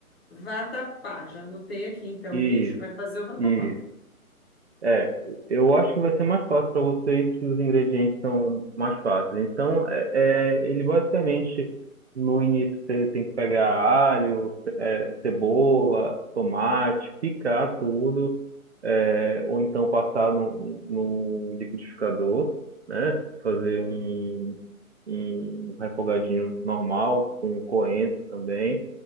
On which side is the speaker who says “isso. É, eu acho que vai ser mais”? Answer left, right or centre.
Right